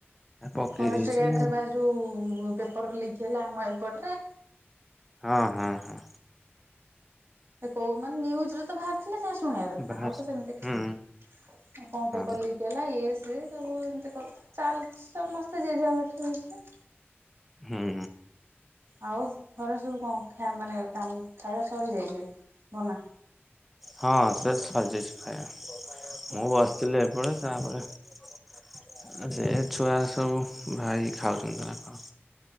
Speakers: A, in the centre; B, on the right.
A: ପକେଇ
B: ଫରେଷ୍ଟ
A: ଦେଇଛି
B: ଗାର୍ଡରେ ବା ଯୋଉ ପେପର ଲିକ୍ ହେଲା ଆମ ଏପଟରେ
A: ହଁ ହଁ ହଁ
B: କ ମାନେ ନ୍ୟୁଜ ରେ ବାହାରିଥିଲେ। ଶୁଣିବା କଥା
A: ବାହାରି
B: ଆଉ ତ ସେମିତି କିଛି
A: ହୁଁ
B: ନାଇଁ ଆଉ କଣ ପେପର
A: ହଁ
B: ଲିକ୍ ହେଲା ଇଏ ସିଏ ସେ ସବୁ ଏମିତି କଥା ଚାଲିଛି ସମସ୍ତେ ଜେଝା ବାଟରେ ଜେଝେ
A: ହୁଁ।
B: ଆଉ ଘରେ ସବୁ କଣ ଖା ମାନେ କାମ ଖାଇବା ସରି ଯାଇଛି? ବନା
A: ହଁ ସେ ସରି ଯାଇଛି ଖାଇବା।
B: ଆଚ୍ଛା
A: ମୁଁ ବସିଥିଲି ଏପଟେ ତାପରେ ସେ ଛୁଆ ସବୁ ଭାଇ ଖାଉଛନ୍ତି ତା